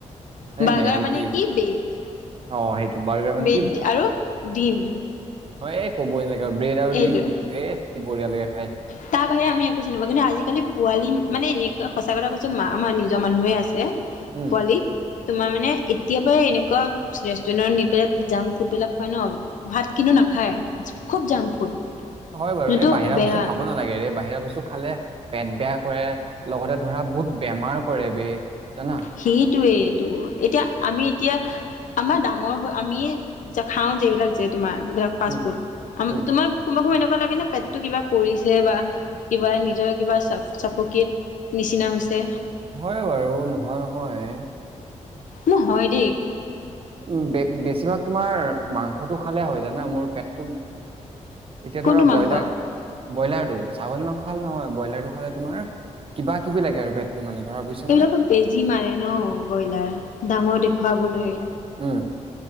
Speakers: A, on the right; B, on the left.
A: হয়
B: বাৰ্গাৰ
A: নে নাই ৰুটি
B: মানে কি ব্ৰেড,
A: অ সেইটো বাৰ্গাৰ মানে
B: ব্ৰেড আৰু ডিম।
A: অ', এ কবই নালাগে ব্ৰেড আৰু
B: এইটোৱে
A: দিম এ, কি বঢিয়া লাগে খাই।
B: তাৰ বাহিৰে আমি একো চিনি পাওঁ কিন্তু আজিকালি পোৱালি মানে এনেকোৱা সঁচা কথা কৈছোঁ আমাৰ নিজৰ মানুহে আছে।
A: উম
B: পোৱালি। তোমাৰ মানে এতিয়া পৰা এনেকুৱা ৰেষ্টুৰেন্টত নি পেলাই জাংক ফুড বিলাক খোৱাই ন। ভাত কিন্তু নাখায় খুব জাংক ফুড।
A: হয় বাৰু
B: যোনটো
A: এই বাহিৰা
B: বেয়া
A: বস্তু খাব নালাগেৰে বাহিৰা বস্তু খালে পেট বেয়া কৰে লগতে ধৰা বহুত বেমাৰ কৰে বে জানা?
B: সেইটোৱেইটো এতিয়া আমি এতিয়া আমাৰ ডাঙৰ আমি এ খাওঁ যে এই বিলাক যে তোমাৰ এইবিলাক ফাৰ্ষ্ট
A: উম
B: ফুড
A: উম
B: তোমাৰ <unintelligible> এনেকুৱা লাগে নে পেত কিবা কৰিছে বা কিবা নিজৰ কিবা <unintelligible> নিচিনা হৈছে।
A: হয় বাৰু নোহোৱা নহয়।
B: মোৰ হয় দেই।
A: উম বেছিভাগ তোমাৰ মাংসটো খালে হয় জানা, মোৰ পেটটো এতিয়া
B: কোনটো
A: ধৰা ব্ৰইলাৰ
B: মাংস
A: ব্ৰইলাৰটো, ছাগলী মাংস খালে নহয় ব্ৰইলাৰটো খালে তোমাৰ কিবা কিবি লাগে আৰু পেতটো মানে ধৰা
B: এইবিলাকো
A: নহয়
B: বেজি মাৰে ন ব্ৰইলাৰ ডাঙৰ দেখুৱাবলৈ।
A: উম।